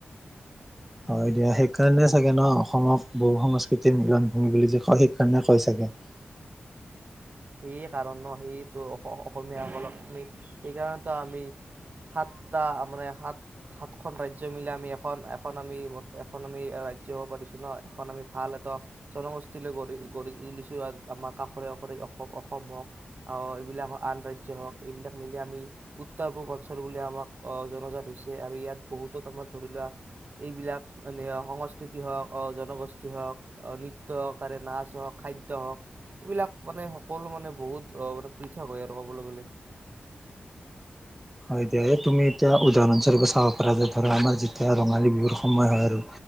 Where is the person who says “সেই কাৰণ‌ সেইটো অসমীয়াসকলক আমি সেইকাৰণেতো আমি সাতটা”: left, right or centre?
Right